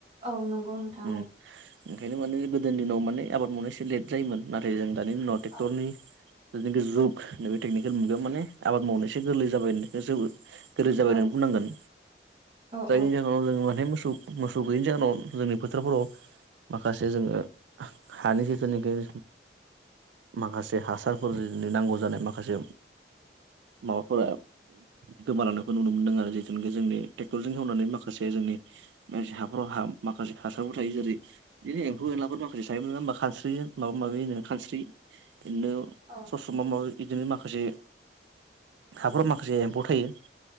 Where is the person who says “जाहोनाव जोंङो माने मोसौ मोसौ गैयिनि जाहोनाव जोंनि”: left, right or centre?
Right